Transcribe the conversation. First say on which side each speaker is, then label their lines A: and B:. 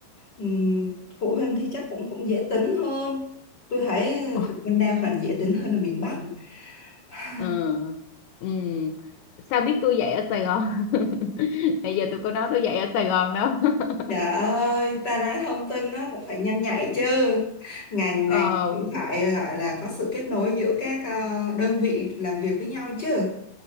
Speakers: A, on the left; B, on the left.
A: ừm, phụ huynh thì chắc cũng cũng dễ tính hơn. Tôi thấy
B: Ôi,
A: phụ huynh đa phần dễ tính hơn là miền Bắc. <sighs>
B: ờ, ừ. ừ. sao biết tôi dạy ở Sài Gòn <laughs> bây giờ tôi có nói tôi dạy ở Sài Gòn đó <laughs>
A: Trời ơi, ta nói thông tin nó cũng phải nhanh nhạy chứ. Ngành
B: ờ
A: này cũng phải gọi là có sự kết nối giữa các ờ, đơn vị làm việc với nhau chứ.